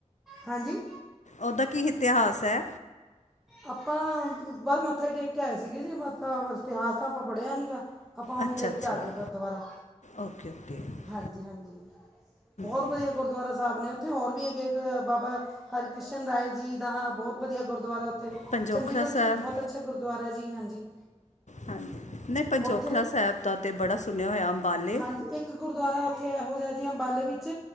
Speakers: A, in the centre; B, on the left.
A: ਹਾਂਜੀ
B: ਓਦਾ ਕੀ ਇਤਿਹਾਸ ਐ?
A: ਆਪਾਂ ਬ ਬਸ ਮੱਥਾ ਟੇਕ ਕੇ ਆਏ ਸੀਗੇ ਜੀ ਮ ਇਤਿਹਾਸ ਤਾਂ ਆਪਾਂ ਪੜ੍ਹਿਆ ਨੀ ਗਾ। ਆਪਾਂ
B: ਅੱਛਾ
A: ਉਂ ਦੇਖ
B: ਅੱਛਾ
A: ਕੇ ਆ ਗਏ ਗੁਰਦੁਆਰਾ‌।
B: ਓਕੇ ਓਕੇ ਹਮ,
A: ਹਾਂਜੀ-ਹਾਂਜੀ। ਬਹੁਤ
B: ਹਮ।
A: ਵਧੀਆ ਗੁਰਦੁਆਰਾ ਸਾਹਿਬ ਨੇ ਓਥੇ ਹੋਰ ਵੀ ਹੇਗੇ ਇੱਕ ਬਾਬਾ ਹਰਿਕ੍ਰਿਸ਼ਨ ਰਾਏ ਜੀ ਦਾ ਬਹੁਤ ਵਧੀਆ ਗੁਰਦੁਆਰਾ।
B: ਪੰਜੋਖੜਾ
A: ਚੰਡੀਗੜ੍ਹ ਚ
B: ਸਾਹਿਬ
A: ਵੀ ਬਹੁਤ ਅੱਛੇ ਗੁਰਦੁਆਰਾ ਜੀ ਹਾਂਜੀ।
B: ਹਾਂਜੀ, ਨਈ ਪੰਜੋਖੜਾ
A: ਉੱਥੇ
B: ਸਾਹਿਬ ਦਾ ਤੇ ਬੜਾ ਸੁਣਿਆ ਹੋਇਆ ਅੰਬਾਲੇ।
A: ਹਾਂਜੀ ਇੱਕ ਗੁਰਦੁਆਰਾ ਉੱਥੇ ਐਹੋ ਜਾ ਜੀ ਅੰਬਾਲੇ ਵਿੱਚ